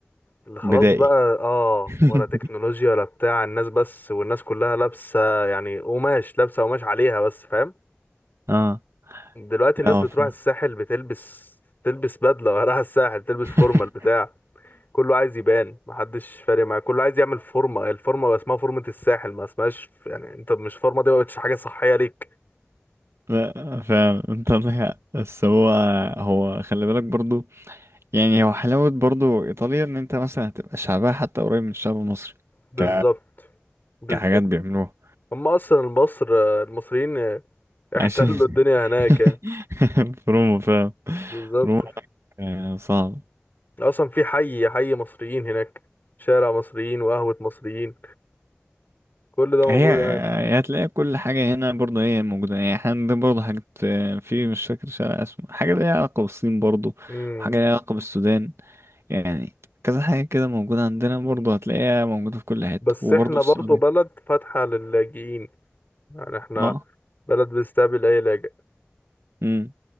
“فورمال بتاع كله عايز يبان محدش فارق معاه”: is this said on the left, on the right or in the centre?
Left